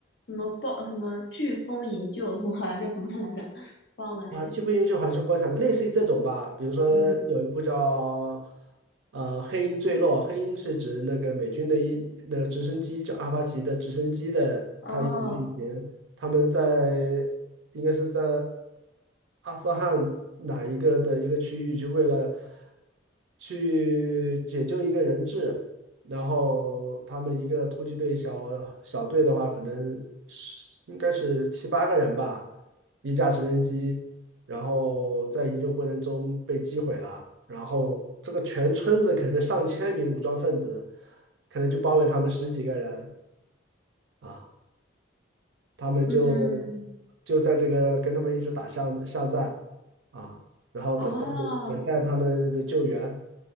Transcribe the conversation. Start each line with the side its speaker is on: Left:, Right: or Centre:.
Left: 什么暴什么飓风营救，我好像叫什么来着，忘了。
Right: 啊，优不优秀还是国产，类似于这种吧。比如说有一部叫
Left: 嗯，
Right: 呃“黑鹰坠落”，黑鹰是指那个美军的一那个直升机，就阿帕奇的直升机的它一种类型。
Left: 哦，
Right: 他们在应该是在阿富汗哪一个的一个区域，就为了去解救一个人质，然后他们一个突击队小小队的话，可能是应该是七八个人吧，一架直升机。然后在营救过程中被击毁了，然后这个全村子可能上千名武装分子，可能就包围他们十几个人啊，他们就
Left: 嗯，
Right: 就在这个跟他们一直打巷巷战啊，然后等待着等待他们的救援
Left: 哦，